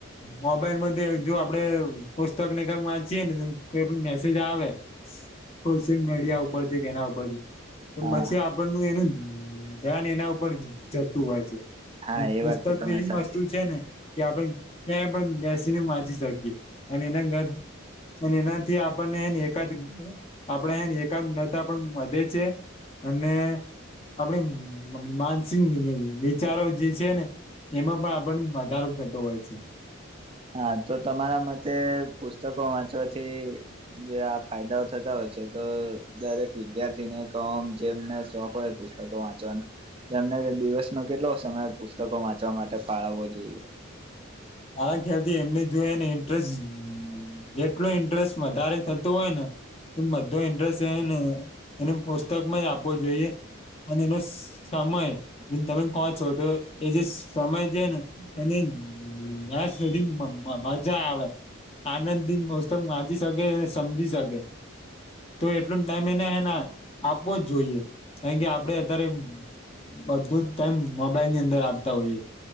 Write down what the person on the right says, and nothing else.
હા
હા એ
વાત તો તમે
સાચી
હા તો તમારા મતે પુસ્તકો વાંચવાથી જે આ ફાયદાઓ થતા હોય છે તો દરેક વિદ્યાર્થીને ઓમ જેમને શોખ હોય પુસ્તકો વાંચવાનો તેમ દિવસનો કેટલો સમય પુસ્તકો વાંચવા માટે ફાળવવો જોઈએ?